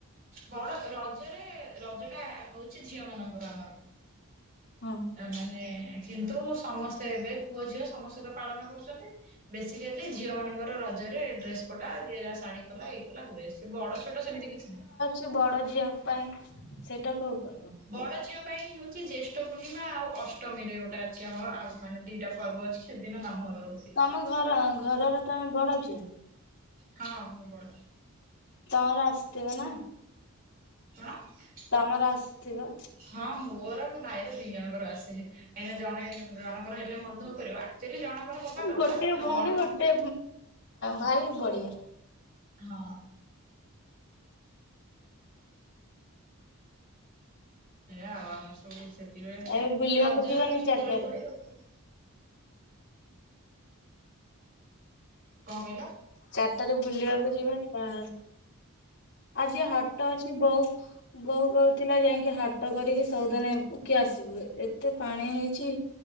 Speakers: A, on the right; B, on the left.
A: ବଡ ରଜରେ ରଜ ଟା ହଉଛି ଝିଅ ମାନଙ୍କର ଆମର।
B: ହଁ
A: ମାନେ କିନ୍ତୁ ସମସ୍ତେ ଏବେ ପୁଅ ଝିଅ ସମସ୍ତେ ତ ପାଳନ କରୁଛନ୍ତି। ବେଶୀ କାଲି ଝିଅ ମାନଙ୍କର ରଜରେ ଡ୍ରେସ ପଟା ଯିଏ ଶାଢୀ କଲା ଏଇ କଲା ହୁଏ ସେ ବଡ ଛୋଟ ସେମିତି କିଛି ନା
B: ଛି ବଡ ଝିଅ ପାଇଁ ସେଟା କୋଉ ପର୍ବ?
A: ବଡ ଝିଅ ପାଇଁ ହଉଛି ଜ୍ୟେଷ୍ଠ ପୂର୍ଣ୍ଣିମା ଆଉ ଅଷ୍ଟମୀ ରେ ଗୋଟେ ଅଛି ଆମ ଆଉ ମାନେ ଦିଟା ପର୍ବ ଅଛି ସେ ଦିନ ମାମୁଁ ଘର ଲୋକ ଦି
B: ତମ ଘର ଘରର ତମେ ବଡ ଝିଅ?
A: ହଁ ମୁଁ ବଡ।
B: ତମର ଆସିଥିବ ନା?
A: <unintelligible>
B: ତମର ଆସିଥିବ?
A: ହଁ ମୋର ମୋ ଭାଇର ଦି ଜଣଙ୍କର ଆସେ। ଏନା ଜଣେ ଜଣଙ୍କର ହେଲେ ମନ ଦୁଃଖ କରିବ ଆକ୍ଚୁଆଲି ଜଣଙ୍କର ହବା କଥା
B: ଗୋଟେ
A: ମାନେ
B: ଭଉଣୀ
A: ବଡ ମାନଙ୍କ
B: ଗୋଟେ ଭାଇ ବଢିଆ।
A: ହଁ ହେ ଆଉ ଆମର ସବୁ ସେତିବେଳେ ହୁହେ,
B: ଏବେ ବୁଲିବାକୁ
A: ରଜରେ
B: ଯିବାନି
A: ତ ଖାଲି
B: ଚାରିଟାରେ
A: ଦୋଳି ପଡେ ଆ <unintelligible> କଣ କହିଲ?
B: ଚାରିଟାରେ ବୁଲିବାକୁ ଯିବାନି ବାହର। ଆଜି ହାଟ ଅଛି ବୋଉ ବୋଉ କଉ ଥିଲା ଯାଇକି ହାଟ କରିକି ସଉଦା ନେବ କି ଆସିବୁ। ଏତେ ପାଣି ହେଇଛି